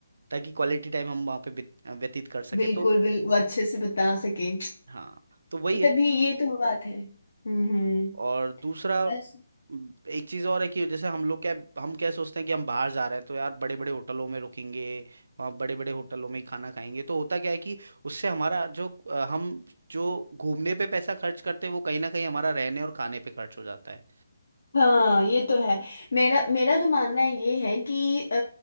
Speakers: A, on the right; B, on the left.
A: ताकि क्वालिटी टाइम हम वहाँ पे बित- व्यतीत कर सके
B: बिल्कुल
A: तो
B: बिल्कुल अच्छे से बता सके
A: हाँ तो वही है
B: तभी ये तो बात है हम्म हम्म
A: और दूसरा
B: बस
A: म, एक चीज और है कि जैसे हम लोग क्या हम क्या सोचते हैं कि हम बाहर जा रहे हैं तो यार बड़े बड़े होटलों में रुकेंगे वहाँ बड़े बड़े होटलों में ही खाना खाएंगे तो होता क्या है कि उससे हमारा जो अ, हम जो घूमने पे पैसा खर्च करते हैं वो कहीं ना कहीं हमारा रहने और खाने पे खर्च हो जाता है
B: हाँ ये तो है मेरा मेरा तो मानना ये है कि अ,